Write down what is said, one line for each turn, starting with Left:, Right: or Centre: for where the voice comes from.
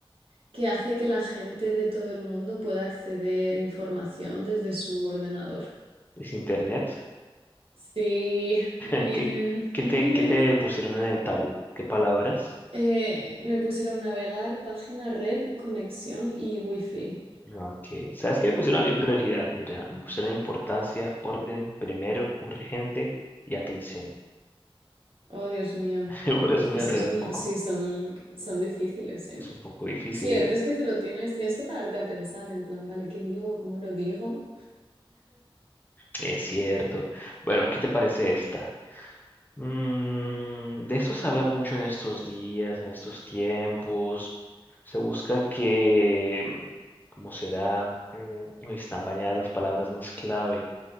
Right: que hace que la gente de todo el mundo pueda acceder a información desde su ordenador.
Left: ¿Es internet?
Right: Sí,
Left: <laughs>
Right: muy bien.
Left: ¿Qué, qué
Right: <laughs>
Left: te, qué te pusieron en el tabú? ¿Qué palabras?
Right: Eh, me pusieron navegar, página, red, conexión y wifi.
Left: Ah, Ok. ¿Sabes qué me pusieron a mí en prioridad? Mira, me pusieron importancia, orden, primero, urgente y atención.
Right: Oh, Dios mío.
Left: <laughs> Por eso me
Right: Es
Left: enredé
Right: que son,
Left: un poco.
Right: sí, son, son difíciles, ¿eh?
Left: Es un poco difícil,
Right: Sí, hay
Left: ¿eh?
Right: veces que te lo tienes, tienes que pararte a pensar en plan, vale, ¿qué digo? ¿Cómo lo digo?
Left: Es cierto. Bueno, ¿qué te parece esta? Mm, de esto se habla mucho en estos días, en estos tiempos. Se busca que, mm, ¿cómo será? Mm, uy, están bañadas las palabras más clave.